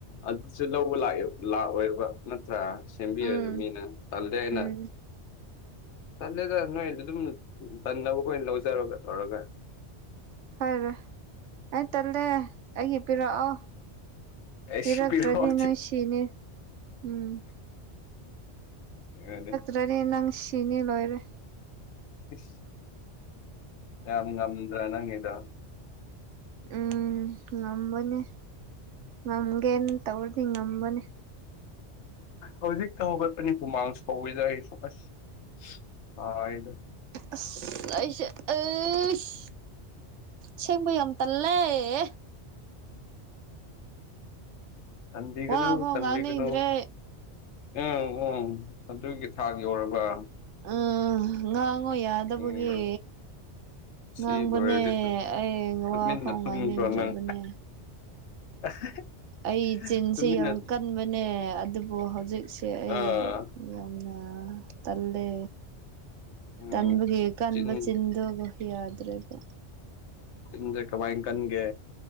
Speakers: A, on the left; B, on the right.
A: ꯑꯗꯨꯁꯨ ꯂꯧꯕ ꯂꯥꯛꯏ ꯂꯥꯛꯑꯣꯏꯕ ꯅꯠꯇ꯭ꯔꯥ ꯁꯦꯝꯕꯤꯔꯁꯨ
B: ꯎꯝ
A: ꯃꯤꯅ ꯇꯜꯂꯦ ꯍꯥꯏꯅ
B: ꯎꯝ
A: ꯇꯜꯂꯦꯗ ꯅꯣꯏ ꯑꯗꯨꯝ ꯇꯟꯗꯕꯈꯣꯏ ꯂꯧꯖꯔꯣꯒ ꯇꯧꯔꯒ
B: ꯍꯥꯢꯔꯣꯏ ꯑꯩ ꯇꯜꯂꯦ ꯑꯩꯒꯤ ꯄꯤꯔꯛꯑꯣ
A: ꯑꯩꯁ
B: ꯄꯤꯔꯛꯇ꯭ꯔꯗꯤ
A: ꯄꯤꯔꯛꯑꯣ
B: ꯅꯣꯢ ꯁꯤꯅꯤ ꯎꯝ
A: ꯌꯥꯔꯦ
B: ꯇꯔꯥꯗꯤ ꯅꯪ ꯁꯤꯅꯤ ꯂꯣꯏꯔꯦ
A: ꯏꯁ ꯌꯥꯝ ꯉꯝꯗ꯭ꯔꯥ ꯅꯪꯒꯤꯗꯣ
B: ꯎꯝ ꯉꯝꯕꯅꯦ ꯉꯝꯒꯦꯅ ꯇꯧꯔꯗꯤ ꯉꯝꯕꯅꯦ
A: ꯍꯧꯖꯤꯛꯇ ꯍꯧꯒꯠꯄꯅꯤ ꯍꯨꯃꯥꯡ ꯁꯧꯏꯗ ꯑꯩꯁꯨ ꯑꯁ ꯑꯥꯏꯗ
B: ꯑꯁ ꯑꯩꯁꯦ ꯑꯁ ꯁꯦꯡꯕ ꯌꯥꯝ ꯇꯜꯂꯦꯑꯦ
A: ꯇꯟꯕꯤꯒꯅꯨ
B: ꯋꯥꯐꯥꯎ
A: ꯇꯟꯕꯤꯒꯅꯨ
B: ꯉꯥꯡꯅꯤꯡꯗ꯭ꯔꯦ
A: ꯎꯝ ꯎꯝ ꯑꯗꯨꯒꯤ ꯊꯥꯛ ꯌꯧꯔꯕ
B: ꯎꯝ ꯉꯥꯡꯉꯣ ꯌꯥꯗꯕꯒꯤ
A: ꯎꯝ
B: ꯉꯥꯡꯕꯅꯦ
A: ꯁꯤ ꯂꯣꯏꯔꯗꯤ ꯇꯨ
B: ꯑꯩ
A: ꯇꯨꯃꯤꯟꯅ
B: ꯋꯥꯐꯥꯎ ꯉꯥꯡꯅꯤꯡꯗ꯭ꯔꯕꯅꯦ
A: ꯇꯨꯝꯈ꯭ꯔꯣ ꯅꯪ <unintelligible>
B: ꯑꯩ ꯆꯤꯟꯁꯦ
A: ꯇꯨꯃꯤꯟꯅ
B: ꯌꯥꯝ ꯀꯟꯕꯅꯦ ꯑꯗꯨꯕꯨ ꯍꯧꯖꯤꯛꯁꯦ ꯑꯩ
A: ꯑꯥ
B: ꯌꯥꯝꯅ ꯇꯜꯂꯦ
A: ꯎꯝ
B: ꯇꯟꯕꯒꯤ ꯀꯟꯕ
A: ꯆꯤꯟ
B: ꯆꯤꯟꯗꯣ ꯌꯥꯗ꯭ꯔꯦꯕ
A: ꯆꯤꯟꯖꯦ ꯀꯃꯥꯏ ꯀꯟꯒꯦ